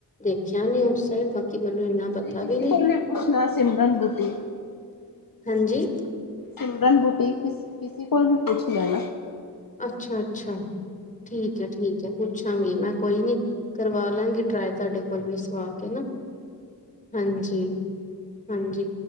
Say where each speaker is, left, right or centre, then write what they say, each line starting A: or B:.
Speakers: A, on the left; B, on the left.
A: ਦੇਖੇਆ ਨੀ ਉਸ ਸਾਈਡ। ਬਾਕੀ ਮੈਨੂੰ ਏਂਨਾ
B: ਤੁਸੀਂ
A: ਪਤਾ
B: ਕਿਸੇ
A: ਵੀ ਨੀ,
B: ਕੋਲ ਪੁੱਛਣਾ ਸਿਮਰਨ ਬੁਟੀਕ
A: ਹਾਂਜੀ?
B: ਸਿਮਰਨ ਬੁਟੀਕ ਕਿਸ ਕਿਸੀ ਕੋਲ ਵੀ ਪੁੱਛ ਲੈਣਾ।
A: ਅੱਛਾ-ਅੱਛਾ। ਠੀਕ ਐ-ਠੀਕ ਐ ਪੁੱਛਾਂਗੀ ਮੈਂ ਕੋਈ ਨੀ ਕਰਵਾ ਲਾਂਗੀ ਟਰਾਏ ਤੁਆਡੇ ਕੋਲ ਵੀ। ਸਵਾ ਕੇ ਨਾ, ਹਾਂਜੀ। ਹਾਂਜੀ,